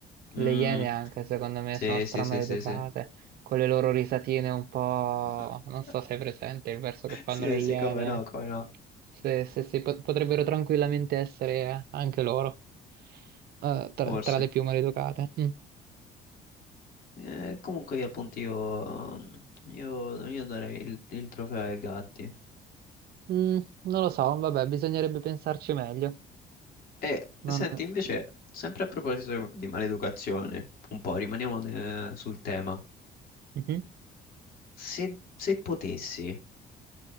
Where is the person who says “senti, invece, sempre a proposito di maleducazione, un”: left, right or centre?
Left